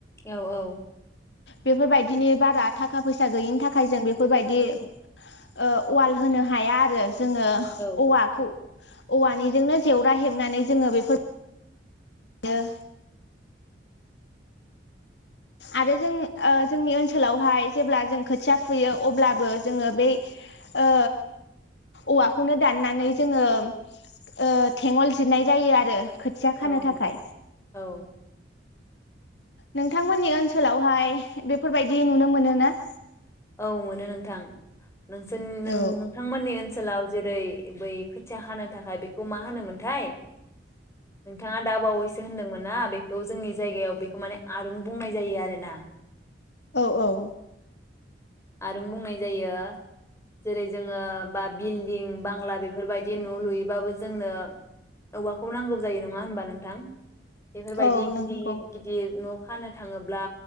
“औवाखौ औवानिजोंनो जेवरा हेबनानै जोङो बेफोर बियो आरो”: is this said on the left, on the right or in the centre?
Left